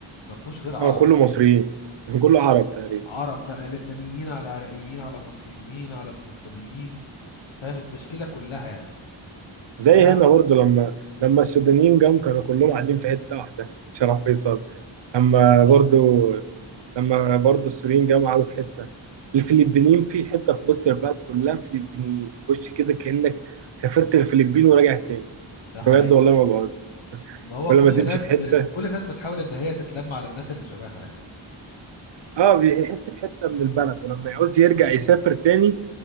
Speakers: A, on the left; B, on the right.
A: ما فيهوش غير عرب
B: اه كله مصريين <laughs> كله عرب تقريبا
A: عرب بقى لبنانيين على عراقيين على مصريين على فلسطينيين فاهم التشكيلة كلها يعني
B: زي
A: ف
B: هنا برضه لما لما السودانيين جم كانوا كلهم قاعدين في حته واحده شرف فيصل لما
A: بالظبط
B: برضه لما برضه السوريين جم قعدوا في حته الفلبينيين في حته في وسط البلد كلها فلبينيين خش كده كانك سافرت الفلبين وراجع تاني
A: ده
B: بجد
A: حقيقي
B: والله ما بهزر
A: ما هو
B: ولما
A: كل
B: تمشي
A: ناس
B: في حته
A: كل الناس بتحاول ان هي تتلم على الناس اللي شبهها يعني
B: اه بيحس بحته من البلد ولما يعوز يرجع يسافر تاني